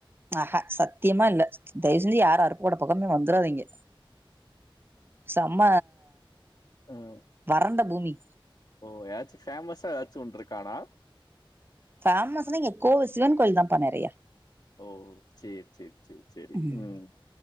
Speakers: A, on the right; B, on the left.
A: ஆ அ சத்தியமா இல்ல தயவு செஞ்சு யாரு அருப்பு கோட்டா பக்கமே வந்துடாதிங்க செம்ம
B: உம்
A: வறண்ட பூமி
B: ஓ ஏதாச்சும் ஃபேமஸா ஏதாச்சு ஒன்னு இருக்கானா
A: பேஃமஸ்ன்னா இங்க கோவில் சிவன் கோயில் தான்ப்பா நிறையா
B: ஓ சேரி சேரி சேரி சேரி
A: ம்
B: உம்